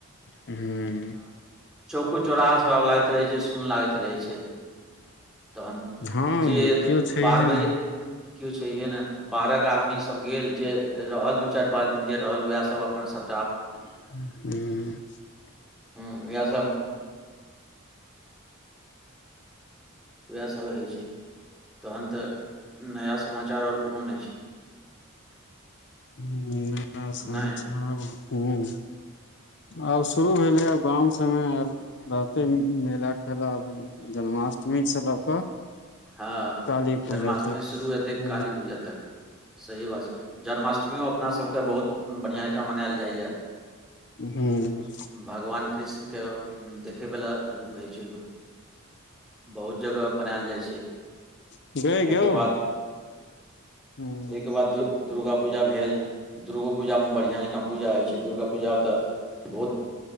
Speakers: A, on the left (about 55°); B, in the centre.
A: हुं।
B: चौको चौराहा सब आब लागैत रहै छै सुन लागैत रहै छै। तखन
A: हँ
B: जेत
A: केओ छैहे
B: बारबैय
A: ने
B: केओ छैहे ने। बाहरक आदमी सब गेल जे रहल दू चारि पाँच दिन जे रहल उहा सब अपन सब
A: हू।
B: हु वैह सब उएहसभ होइ छै, तहन तऽ नया समाचार आओर कोनो नहि छै।
A: हू नया समाचार
B: नहि
A: हूं। आब शुरू भेले आब गाम सबमें, आब रहते मेला ठेला। जन्माष्टमी से लऽ कऽ।
B: हँ।
A: काली
B: जन्माष्टमी
A: पूजा तक
B: शुरू हेतै
A: ह
B: काली पूजा तक, सही बात छै, जन्माष्टमीयो अपना सबके बहुत बढ़िआँ जकाँ मनायल जाइए।
A: ह
B: भगवान कृष्णके देखे वला रूप होइ छै ओहिमे, बहुत जगह बनायल जाइ छै।
A: <unintelligible>
B: ताहिके बाद
A: ह
B: ताहिके बाद दुर्गा पूजा भेल। दुर्गाओ पूजा में बढ़िआँ जकाँ पूजा होइ छै, दुर्गा पूजा तऽ बहुत-